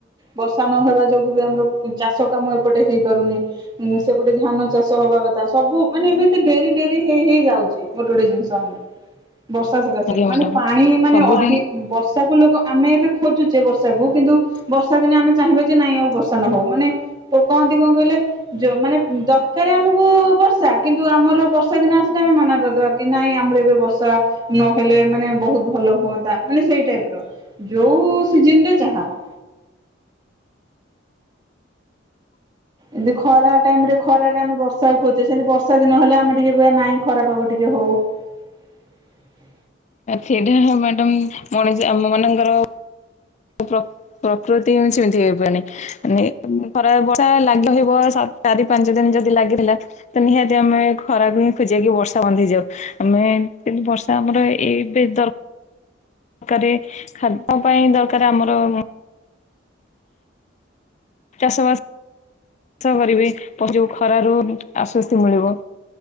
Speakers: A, on the right; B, on the left.
A: ବର୍ଷା ନହବା ଯୋଗୁ ବି ଆମର ଚାଷ କାମ ଏପଟେ ହେଇପାରୁନି ସେପଟେ ଧାନ ଚାଷ ହବା କଥା ସବୁ ମାନେ ଏମିତି ଡେରି ଡେରି ହେଇ ହେଇଯାଉଛି ଗୋଟେ ଗୋଟେ ଜିନିଷ ଆମର । ବର୍ଷା ସକାଶେ
B: ଆଜ୍ଞା
A: ମାନେ
B: ମ୍ୟାଡାମ
A: ପାଣି ମାନେ
B: ସବୁଦିନ
A: ଅଧି ବର୍ଷାକୁ ଲୋକ । ଆମେ ଏବେ ଖୋଜୁଛେ ବର୍ଷାକୁ କିନ୍ତୁ ବର୍ଷା ଦିନେ ଆମେ ଚାହିଁବା ଯେ ନାଇଁ ଆଉ ବର୍ଷା ନହଉ ମାନେ କହନ୍ତି କଣ କହିଲେ ମାନେ ଦରକାର ଆମକୁ ବର୍ଷା କିନ୍ତୁ ଆମର ବର୍ଷା ଦିନ ଆସିଲେ ଆମେ ମନା କରିଦବା କି ନାଇଁ ଆମର ଏବେ ବର୍ଷା ନହେଲେ ମାନେ ବହୁତ ଭଲ ହୁଅନ୍ତା ମାନେ ସେଇ ଟାଇପ ର । ଯଉ ସିଜିନ୍ ରେ ଯାହା । ଏବେ ଖରା ଟାଇମ ରେ ଖରାରେ ଆମେ ବର୍ଷାକୁ ଖୋଜଛେ ସେମିତି ବର୍ଷା ଦିନ ହେଲେ ଆମେ ଟିକେ କହିବା ନଇଁ ଖରାପାଗ ଟିକେ ହଉ ।
B: ସେଇଟା ମ୍ୟାଡମ ମଣିଷ ଆମ ମାନଙ୍କର । ପ୍ର ପ୍ରକୃତି ହିଁ ସେମିତି ହେଇପରି ଖରା ବର୍ଷା ଲାଗି ଥିବ ଚାରି ପାଞ୍ଚ ଦିନ ଯଦି ଲାଗିଥିଲା ତ ନିହାତି ଆମେ ଖରାକୁ ହିଁ ଖୋଜି ବା କି ବର୍ଷା ବନ୍ଧ ହେଇଯାଉ ଆମେ କିନ୍ତୁ ବର୍ଷା ଆମର ଏଇବେ ଦର କରେ ଖାଦ୍ୟ ପାଇଁ ଦରକାର ଆମର । ଚାଷ ବାସ କରିବେ ଯଉ ଖରାରୁ ଆଶ୍ୱସ୍ତି ମିଳିବ